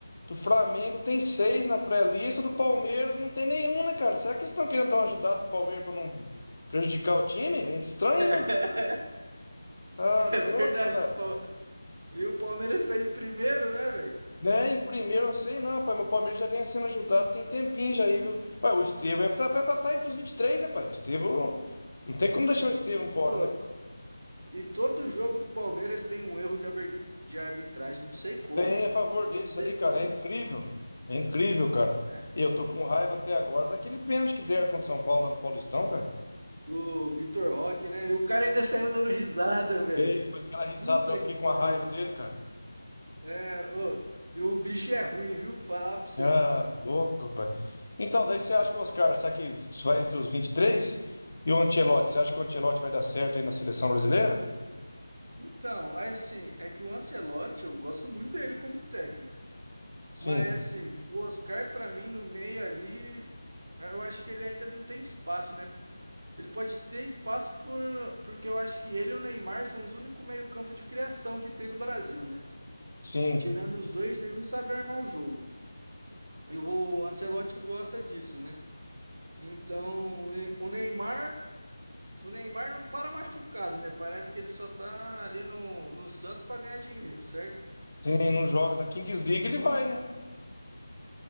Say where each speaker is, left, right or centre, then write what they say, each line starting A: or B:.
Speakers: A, on the left; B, on the right.
A: Do Flamengo tem seis na pré-lista, do Palmeiras não tem nenhum, né, cara? Será que eles estão querendo dar uma ajudada pro Palmeiras pra não prejudicar o time? É estranho,
B: <laughs>
A: né? Ah, louco,
B: É verdade.
A: cara.
B: do Pal- E o Palmeiras tá em primeiro, né, velho?
A: Né? Em primeiro eu sei não, pai, mas o Palmeiras já vem sendo ajudado tem tempinho já aí, viu? Ué, o Estevão é pra estar entre os vinte e três rapaz. O Estevão. Não tem como deixar
B: É.
A: o Estevão fora,
B: Pô,
A: né?
B: e todo jogo do Palmeiras tem um erro de, aber- de arbitragem. Não sei como,
A: Tem
B: velho.
A: a favor
B: Não
A: deles
B: sei
A: ali,
B: como.
A: cara. É incrível. É incrível, cara.
B: É,
A: E eu tô com raiva até agora daquele pênalti que deram contra o São Paulo lá no Paulistão, cara.
B: Do Vitor Roque, né? E o cara ainda saiu dando risada, velho.
A: Ei, mas aquela risada
B: Puta
A: lá, eu
B: que
A: fiquei
B: pariu.
A: com a raiva dele, cara.
B: É, ô, e o bicho é ruim, viu? Falar pra você.
A: Ah, louco, pai. Então, daí você acha que o Oscar, será que vai entre os vinte E três? E o Ancelotti, você acha que o Ancelotti vai dar certo aí na seleção brasileira?
B: Então, aí, assim, é que o Ancelotti, eu gosto muito dele como técnico.
A: Sim,
B: Mas assim, o Oscar pra mim no meio ali, eu acho que ele ainda não tem espaço, né? Ele pode ter espaço por, porque eu acho que ele e o Neymar são os únicos meio-campo de criação que tem no Brasil, né?
A: sim,
B: Tirando os dois, nenhum sabe armar o jogo. E o Ancelotti gosta disso, né? Então, e- o Neymar, o Neymar não para machucado, né? Parece que ele só tá ali no, no Santos pra ganhar dinheiro, certo?
A: sim, não joga. Na Kings League ele vai, né?